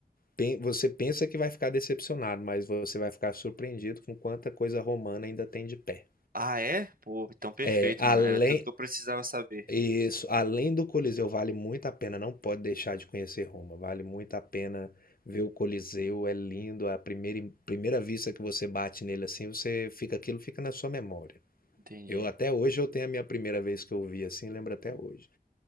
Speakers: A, on the left; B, on the right.
A: pen- você pensa que vai ficar decepcionado, mas você vai ficar surpreendido com quanta coisa romana ainda tem de pé.
B: Ah, é? Pô, então perfeito,
A: É, além
B: mano. Era tudo que eu precisava saber.
A: Isso, além do Coliseu, vale muito a pena, não pode deixar de conhecer Roma. Vale muito a pena ver o Coliseu, é lindo, é a primeira, primeira vista que você bate nele assim, você fica, aquilo fica na sua memória.
B: Entendi.
A: Eu até hoje eu tenho a minha primeira vez que eu vi assim, lembro até hoje.